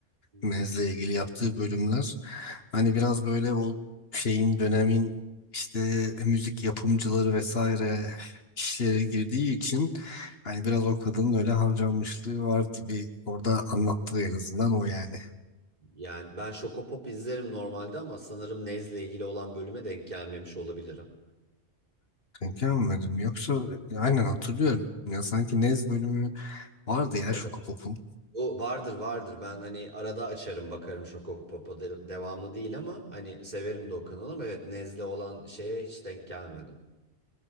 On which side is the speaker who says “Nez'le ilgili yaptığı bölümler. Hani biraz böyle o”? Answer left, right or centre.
Left